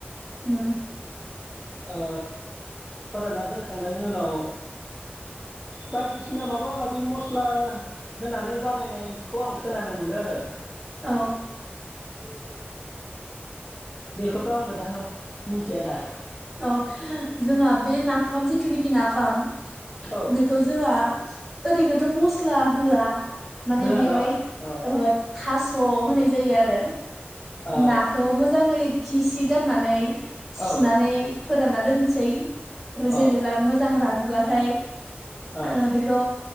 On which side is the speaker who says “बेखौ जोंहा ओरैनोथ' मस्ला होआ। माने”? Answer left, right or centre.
Centre